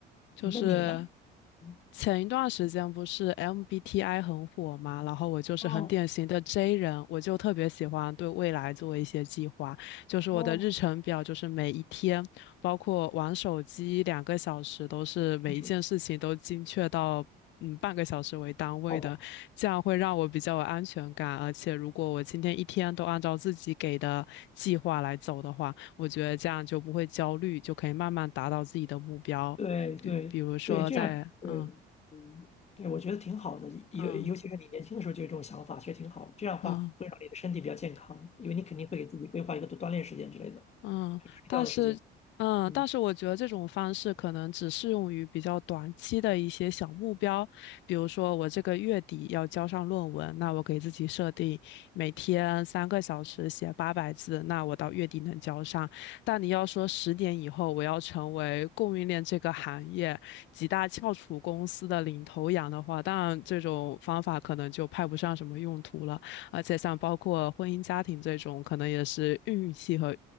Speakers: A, on the left; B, on the left.
A: 就是
B: 那你呢？嗯
A: 前一段时间不是 MBTI 很火嘛，然后我就是很典型的
B: 哦
A: J 人，我就特别喜欢对未来做一些计划，就是我的日程表，
B: 哦，
A: 就是每一天，包括玩手机两个小时，都是每一件事情都精确到。
B: 还手机，
A: 嗯，半个小时为单位的，
B: 好吧，
A: 这样会让我比较有安全感。而且，如果我今天一天都按照自己给的计划来走的话，我觉得这样就不会焦虑，就可以慢慢达到自己的目标。
B: 对对对，
A: 比比如说在嗯
B: 这样对，嗯，对，我觉得挺好的，尤尤其是你年轻的时候就有这种想法，
A: 嗯
B: 其实挺好，这样的话会让你的身体比较健康，
A: 嗯
B: 因为你肯定会给自己规划一个锻炼时间之类的，
A: 嗯，
B: 还有睡觉的时间。
A: 但是，嗯，
B: 嗯。
A: 但是我觉得这种方式可能只适用于比较短期的一些小目标，比如说我这个月底要交上论文，那我给自己设定每天三个小时写八百字，那我到月底能交上。但你要说十年以后我要成为供应链这个行业几大翘楚公司的领头羊的话，当然这种方法可能就派不上什么用途了。而且像包括婚姻家庭这种，可能也是运气和